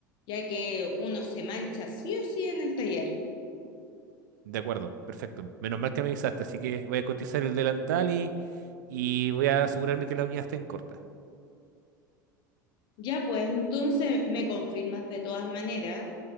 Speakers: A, on the left; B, on the right.
A: ya que uno se mancha sí o sí en el taller.
B: De acuerdo, perfecto. Menos mal que me avisaste, así que voy a cotizar el delantal y, y voy a asegurarme que las uñas estén cortas.
A: Ya, pues entonces me confirmas de todas maneras,